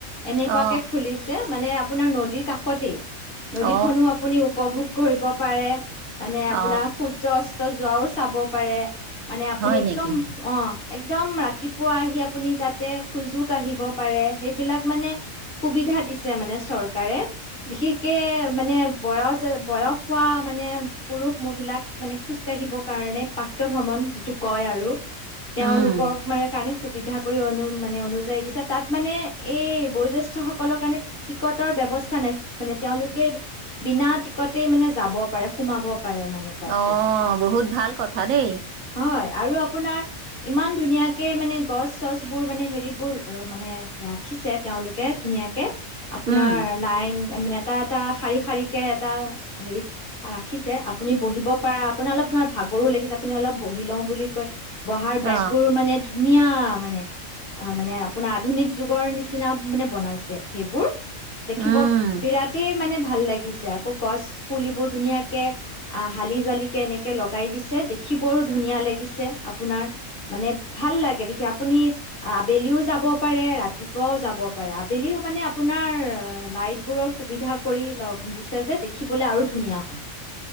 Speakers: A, on the left; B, on the right.
A: এনেকুৱাকে
B: অ
A: মানে আপোনাৰ নদীৰ কাষতেই নদীখনো
B: অ
A: আপুনি উপভোগ, কৰিব পাৰে। মানে
B: অ
A: আপোনাৰ সূৰ্য্য অস্ত যোৱাও, চাব পাৰে! মানে আপুনি
B: হয়
A: একদম
B: নেকি
A: অ' একদম ৰাতিপুৱা আহি আপুনি তাতে খোজোঁ কাঢ়িব পাৰে সেইবিলাক মানে, সুবিধা দিছে মানে চৰকাৰে বিশেষকে মানে বয়জে বয়স হোৱা মানে পুৰুষ-মহিলাক মানে খোজ কাঢ়িব কাৰণে প্ৰাতঃভ্ৰমণ যিটো কই আৰু তেওঁলোকক
B: উম
A: মানে কাৰণে, সুবিধা কৰি অনো মানে অনোযায়ী দিছে তাত মানে এই বয়োজেষ্ঠ, সকলৰ কাৰণে টিকটৰ ব্যৱস্থা নাই মানে তেওঁলোকে বিনা টিকটেই মানে যাব পাৰে সোমাব পাৰে মানে তাতে
B: অ' বহুত ভাল কথা দেই,
A: হয় আৰু আপোনাৰ ইমান ধুনীয়াকে মানে গছ - চছবোৰ মানে হেৰিবোৰ মানে ৰাখিছে তেওঁলোকে, ধুনীয়াকে আপোনাৰ
B: উম
A: লাইন মানে, এটা এটা শাৰী শাৰীকে এটা হেৰিত ৰাখিছে আপুনি বঢ়িব পাৰা আপোনাৰ অলপ ধৰক ভাগৰো লাগিছে আপুনি অলপ বঢ়ি লওঁ বুলি কৈ! বঢ়াৰ বেঞ্চবোৰো
B: অ
A: মানে, ধুনীয়া মানে আ মানে আপোনাৰ আধুনিক যুগৰ নিচিনা মানে বনাইছে, সেইবোৰ! দেখিব
B: উম
A: বিৰাতেই মানে, ভাল লাগিছে আকৌ গছপুলিবোৰ ধুনীয়াকে আ হালি - জালিকে এনেকে লগাই দিছে দেখি বৰ ধুনীয়া লাগিছে আপোনাৰ মানে ভাল লাগে দেখি আপুনি আবেলিও যাব পাৰে, ৰাতিপুৱাও যাব পাৰে। আবেলিও মানে আপোনাৰ লাইটবোৰৰ সুবিধা কৰি লগ দিছে যে দেখিবলে আৰু ধুনীয়া হয়।